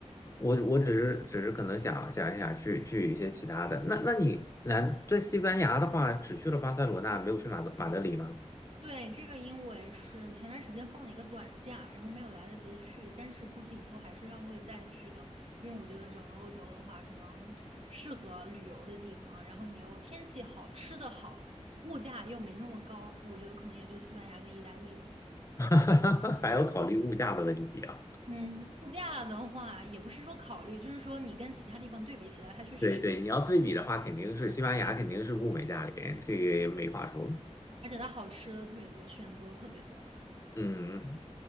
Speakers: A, on the left; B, on the right.
A: 我我只是只是可能想想一想去去一些其他的。那那你来在西班牙的话，只去了巴塞罗那，没有去马德马德里吗？
B: 对，这个因为是前段时间放了一个短假，然后没有来得及去，但是估计以后还是要会再去的，因为我觉得整个欧洲的话，可能适合旅游的地方，然后你又天气好，吃的好，物价又没那么高，我觉得可能也就西班牙跟意大利了。
A: <laughs> 还要考虑物价的问题啊。
B: 嗯，物价的话也不是说考虑，就是说你跟其他地方对比起来，它确实是，
A: 对对，你要对比的话，肯定是西班牙肯定是物美价廉，这个也没话说。
B: 而且它好吃的特别多，选择特别多。
A: 嗯，